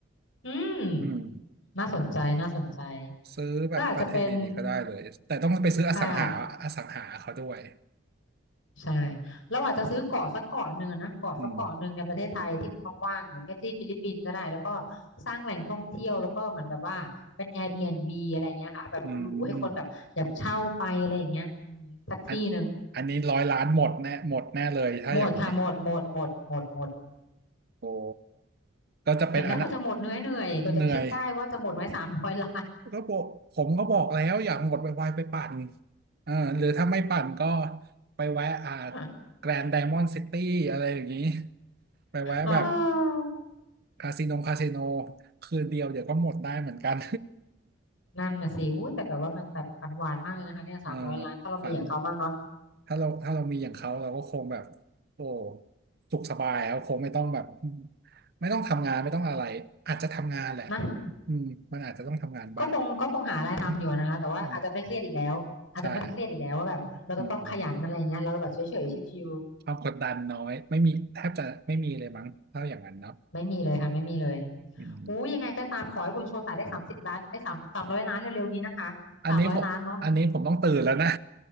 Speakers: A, on the left (about 80°); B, on the right (about 50°).
A: อืม
B: อืม
A: น่าสนใจน่าสนใจ
B: ซื้อแบบประเทศดีๆก็ได้เลยแต่ต้องไปซื้ออสังหาอสังหาเขาด้วย
A: ก็อาจจะเป็นค่ะใช่เราอาจจะซื้อเกาะสักเกาะหนึ่งอะนะเกาะสักเกาะหนึ่งในประเทศไทยที่มันว่างๆหรือไม่ที่ฟิลิปปินส์ก็ได้แล้วก็
B: อืม
A: สร้างแหล่งท่องเที่ยวแล้วก็เหมือนแบบว่าเป็น Airbnb อะไรเงี้ยค่ะแบบหรูๆให้คนแบบอยากเช่าไปอะไรอย่างเงี้ยอืมสักที่หนึ่ง
B: อืมอันอันนี้ร้อยล้านหมดแน่หมดแน่เลยถ้าอย่างนี้
A: หมดค่ะหมดหมดหมดหมดหมด
B: โอ้ก็จะเป็นอันน่ะ
A: เห็นไหมกว่าจะหมดเหนื่อยเหนื่อยกว่าจะคิดได้ว่าจะหมดไว้สามร้อยล้าน
B: เหนื่อย ก็บอกผมก็บอกแล้วอยากหมดไวๆไปปั่นเออหรือถ้าไม่ปั่นก็ไปแวะอ่า
A: <laughs>
B: แกรนด์ไดมอนด์ซิตี้อะไรอย่างนี้ไปแวะแบบ
A: อ้าว
B: คาสิโนคาสิโนคืนเดียวเดี๋ยวก็หมดได้เหมือนกัน
A: นั่นน่ะสิวู้แต่แบบว่ามันแบบฝันหวานมากเลยนะคะเนี่ยสามร้อยล้านถ้าเรามีอย่างเขาบ้างเนาะ
B: <laughs> เออฝันถ้าเราถ้าเรามีอย่างเขาเราก็คงแบบโอ้สุขสบายแล้วคงไม่ต้องแบบไม่ต้องทำงานไม่ต้องอะไรอาจจะทำงานแหละ
A: นะ
B: อืมมันอาจจะต้องทำงานบ้าง
A: ก็คงก็คงหาอะไรทำอยู่นะคะแต่ว่าอาจจะไม่เครียดอีกแล้วอาจจะไม่เครียดอีกแล้วว่าแบบเราจะต้องขยันอะไรเงี้ยเราแบบเฉยๆชิว
B: <laughs> อืมใช่อืม ความกดดันน้อยไม่มีแทบจะไม่มีเลยมั้งถ้าอย่างนั้นเนาะ
A: ๆไม่มีเลยค่ะไม่มีเลย
B: อืม
A: อู้ยังไงก็ตามขอให้คุณโชตาได้สามสิบล้านได้สามสามร้อยล้านเร็วๆนี้นะคะสามร้อยล้านเนาะ
B: อันนี้ผมอันนี้ผมต้องตื่นแล้วนะ